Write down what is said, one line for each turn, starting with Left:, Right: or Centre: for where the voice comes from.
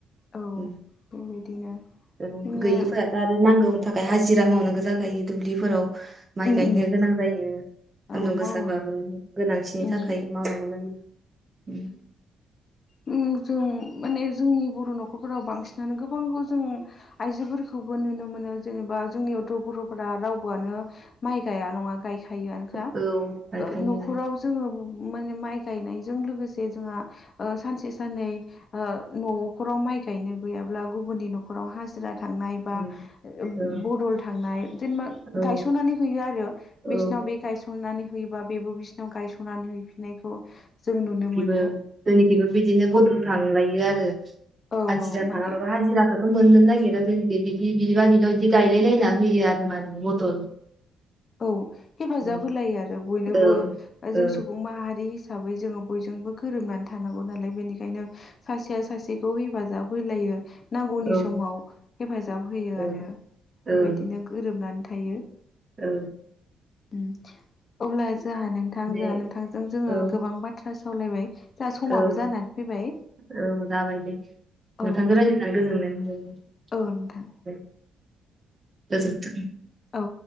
Left: औ
Right: ओम
Left: बेबायदिनो
Right: जों
Left: नो
Right: गैयिफोराथ' आरो नांगौनि थाखाय हाजि जिरा मावनो गोनां जायो दुब्लिफोराव माइ
Left: उम
Right: गायनो
Left: उम
Right: गोनां जायो सान्दुं
Left: औ मावो
Right: गोसाबाबो गोनांथिनि
Left: उम
Right: थाखाय मावनांगौ जायो उम
Left: उम जों माने जोंनि बर' न'खरफोराव बांसिनानो गोबांखौ जों आइजोफोर खौबो नुनो मोनो जेनेबा जोंनियावथ' बर'फोरा रावबोआनो माइ गाया नङा गायखा खायोआनोखा
Right: औ गायखायो
Left: ओ न'खराव जोङो माने माइ गायनायजों लोगोसे जोंहा ओ सानसे साननै ओ न''खराव माइ गायनो गैयाब्ला गुबुननि न'खराव हाजिरा थांनाय बा
Right: उम
Left: ओ
Right: औ
Left: बदल थांनाय जेनेबा
Right: औ
Left: गायसनानै होयो आरो
Right: औ
Left: बिसना बे गायस'नानै होयोबा बेबो बिसिनाव गायस'नानै हैफिननायखौ जों नुनो मो
Right: ओं जोंनिखबो बिदिनो बदल थांलायो आरो
Left: औ
Right: हिजिरा
Left: माने
Right: थाङाबाबो हाजिराखो खो मोननो नागिरा जोंनिखै बि बिबा बिनाव बिदि गायलाय लायनानै होयो आरो माने बदल
Left: औ हेफाजाब
Right: औ
Left: होलायो आरो बयनोबो
Right: औ औ
Left: जों सुबुं माहारि हि साबै जोङो बयजोंबो गोरोबनानै थानांगौ नालाय बेनिखायनो सासेया सासे खौ हेफाजाब होलायो नांगौनि
Right: औ
Left: समाव हेफाजाब होयो
Right: औ
Left: आरो बेबायदिनो
Right: औ
Left: गोरोबनानै थायो
Right: औ
Left: ओम अब्ला जोहा नोंथां
Right: दे
Left: जोंहा नोंथांजों जोङो
Right: औ
Left: गोबां बाथ्रा सावलायबाय दा समाबो
Right: औ
Left: जानानै फैबाय
Right: औ जाबाय दे नोंथांजों
Left: औ
Right: रायज्लायनानै
Left: दे
Right: गोजोननाय मोनबाय
Left: औ नोंथां
Right: गोजोन्थों
Left: औ